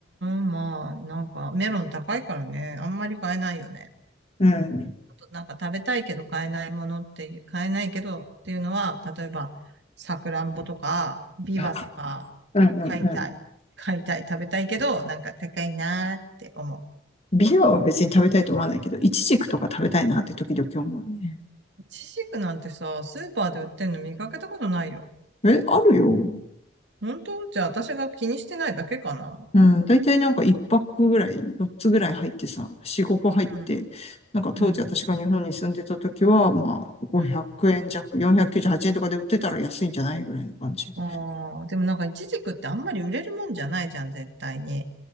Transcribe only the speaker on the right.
まあ、なんか、メロン高いからね、あんまり買えないよね。
なんか食べたいけど買えないものっていう、買えないけどっていうのは、例えば、さくらんぼとか、ビワとか、
買いたい、買いたい、食べたいけど、なんか高いなーって思
う。イチジクなんてさ、スーパーで売ってんの見かけたことないよ。
本当じゃあ私が気にしてないだけかな。
うん、
うん、
うん。
ああ、でもなんかイチジクってあんまり売れるもんじゃないじゃん、絶対に。